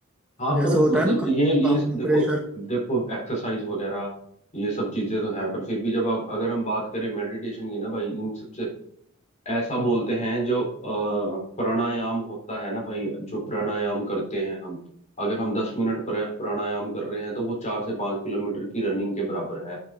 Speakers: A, on the left; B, in the centre.
A: हाँ
B: जैसे
A: पर
B: होता
A: मतलब
B: है ना
A: ये
B: काम
A: ये
B: काम का
A: देखो
B: प्रेशर
A: देखो एक्सरसाइज वगैरह ये सब चीजें तो हैं पर फिर भी जब आप अगर हम बात करें मेडिटेशन की ना भाई इन सबसे ऐसा बोलते हैं जो अ, प्राणायाम होता है ना भाई जो प्राणायाम करते हैं हम अगर हम दस मिनट प्रा- प्राणायाम कर रहे हैं तो वो चार से पांच किलोमीटर की रनिंग के बराबर है